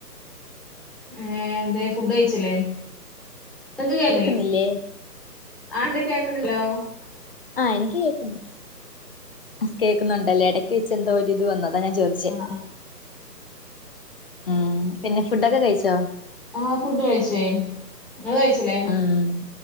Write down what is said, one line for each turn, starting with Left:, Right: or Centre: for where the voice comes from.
Centre: ഏ എന്താ ഫുഡ് കഴിച്ചില്ലേ നിക്ക് കെണില്ലേ
Left: ന്നില്ലേ
Centre: ആണ്ട് കേക്കണി ല്ലോ
Left: ആഹ് എനിക്ക് കേൾക്കുന്നുണ്ട് ആഹ് കേൾക്കുന്നുണ്ടല്ലേ ഇടയ്ക്ക് വെച്ച് എന്തോ ഒരു ഇത് വന്നതാ ഞാൻ ചോദ ച്ച്
Centre: ആ
Left: ഉം പിന്നെ ഫുഡൊക്കെ കഴിച്ചോ
Centre: ആഹ് ഫുഡ്കഴിച്ചേ നിങ്ങള് കഴിച്ചില്ലേ
Left: ആഹ്